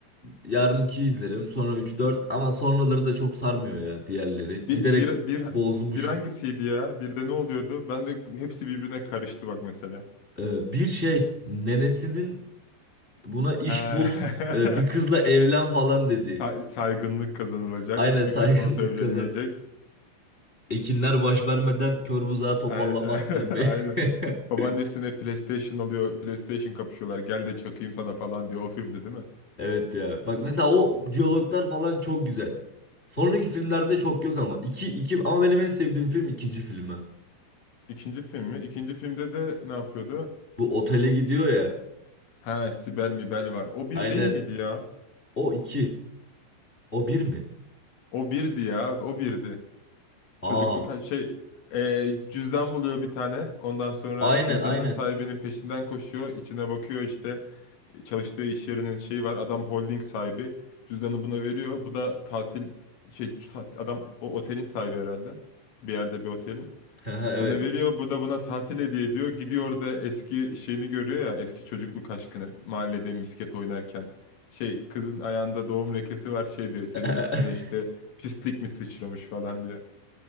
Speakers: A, on the left; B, on the left.
A: Yarın 2'yi izlerim. Sonra 3 4. ama sonraları da çok sarmıyor ya diğerleri. Giderek
B: Bir, bir, bir,
A: bozmuş.
B: bir hangisiydi ya? Bir de ne oluyordu? Ben de hepsi birbirine karıştı bak mesela.
A: Ee, bir şey nenesinin buna iş
B: He.
A: bul, e,
B: <laughs>
A: bir kızla evlen falan dedi.
B: Sa- Saygınlık kazanılacak.
A: Aynen saygınlık
B: Bir kız bulup evlenilecek.
A: kazan. Ekinler baş vermeden kör buzağı topallamaz
B: Aynen. <laughs>
A: filmi.
B: Aynen.
A: <laughs>
B: Babaannesine PlayStation alıyor. PlayStation kapışıyorlar. Gel de çakayım sana falan diyor. O filmdi değil mi?
A: Evet ya. Bak mesela o diyaloglar falan çok güzel. Sonraki filmlerde çok yok ama. İki, iki, ama benim en sevdiğim film ikinci filmi.
B: İkinci film mi? İkinci filmde de ne yapıyordu?
A: Bu otele gidiyor ya.
B: Ha Sibel Mibel var. O bir
A: Aynen.
B: değil miydi ya?
A: O iki. O bir mi?
B: O birdi ya. O birdi. Çocukluk
A: Aa.
B: ha- şey e, cüzdan buluyor bir tane. Ondan sonra
A: Aynen
B: cüzdanın
A: aynen.
B: sahibinin peşinden koşuyor. İçine bakıyor işte. çalıştığı iş yerinin şeyi var. Adam holding sahibi. Cüzdanı buna veriyor. Bu da tatil şey tat- adam o otelin sahibi herhalde. Bir yerde bir otelin.
A: <laughs> Evet.
B: Buna veriyor. Bu da buna tatil hediye ediyor. Gidiyor da eski şeyini görüyor ya. Eski çocukluk aşkını. Mahallede misket oynarken. Şey kızın ayağında doğum lekesi var şey diyor. Senin
A: <laughs>
B: üstüne işte pislik mi sıçramış falan diyor.